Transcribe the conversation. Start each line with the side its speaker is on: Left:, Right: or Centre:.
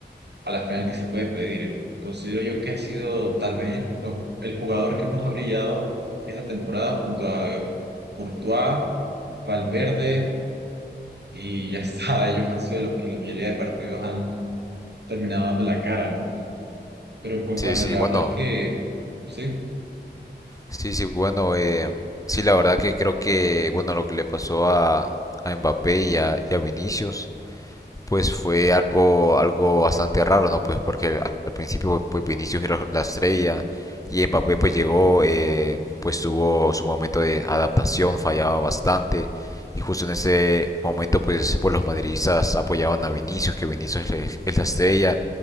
Right: a la final, ¿qué se puede pedir? Considero yo que ha sido tal vez el, ju- el jugador que más ha brillado esta temporada junto a Courtois, Valverde y ya está. <laughs> Ellos han sido los que la mayoría de partidos han terminado dando la cara, ¿no? Pero pues
Left: sí,
Right: bueno,
Left: sí,
Right: la
Left: bueno,
Right: verdad es que sí,
Left: sí, sí, bueno, eh, sí, la verdad que creo que, bueno, lo que le pasó a, a Mbappé y a, y a Vinicius pues fue algo, algo bastante raro, ¿no? Pues porque a- al principio pues pues, Vinicius era la estrella y Mbappé pues llegó, eh, pues tuvo su momento de adaptación, fallaba bastante y justo en ese momento pues, pues los madridistas apoyaban a Vinicius, que Vinicius es, es la estrella